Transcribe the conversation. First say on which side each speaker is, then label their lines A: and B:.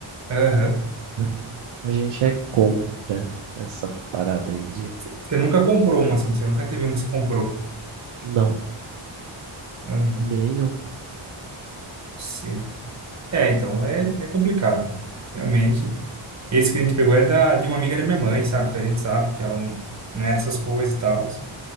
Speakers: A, on the right; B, on the right.
A: Aham.
B: Então, a gente é contra essa parada aí de
A: Você nunca comprou um, assim, você nunca teve um que você comprou.
B: não,
A: Aham,
B: nenhum.
A: sei. É, então é, é complicado. Realmente. Esse que a gente pegou é da, de uma amiga da minha mãe, sabe? Então a gente sabe que ela não, não era essas coisas e tal. assim.